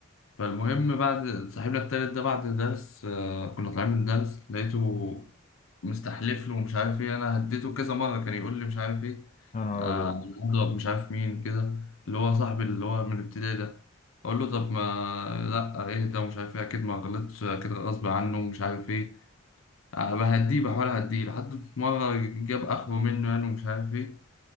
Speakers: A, on the left; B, on the left.
A: فالمهم بعد صاحبنا التالت ده بعد درس آه كنا طالعين من درس لقيته مستحلف له ومش عارف إيه أنا هديته كذا مرة كان يقول لي مش عارف إيه
B: يا نهار
A: آه
B: ابيض
A: أنا هضرب مش عارف مين كده اللي هو صاحبي اللي هو من ابتدائي ده أقول له طب ما لأ إيه ده ومش عارف إيه أكيد ما غلطتش أكيد غصب عنه ومش عارف إيه آه، بهديه بحاول اهديه لحد في مرة جاب اخره منه يعني ومش عارف ايه